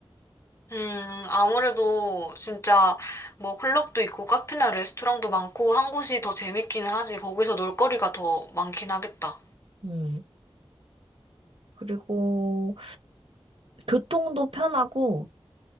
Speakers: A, on the left (about 30°); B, on the right (about 70°).
A: 음, 아무래도 진짜 뭐 클럽도 있고 카페나 레스토랑도 많고 한 곳이 더 재밌기는 하지. 거기서 놀거리가 더 많긴 하겠다.
B: 음. 그리고 교통도 편하고,